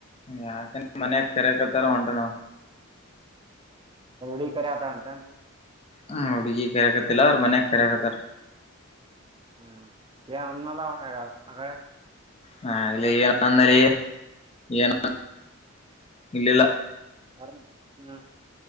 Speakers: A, on the left; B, on the right.
A: ಯಾಕಂದ್ರ ಮನ್ಯ ಕರೆಕರ್ತಾರ ಹೊಂಟಣ
B: ಹೊಡಿ ಕತ ಅಂತ
A: ಹ್ಮ ಹಡುಗಿ ಕರಕಲ್ಲ ಮನೆ ಕಕತಾರ
B: ಹ್ಮ ಏ ಅನ್ನಲ್ಲ ಉ್ಣ ಕದು ಅಡೆ
A: ಹಾಲ್ಲ ಈಏನ ನಲೆ ಈನ ಇಲ್ಲಲ್ಲ
B: ಕಾರ ಹ್ಮ್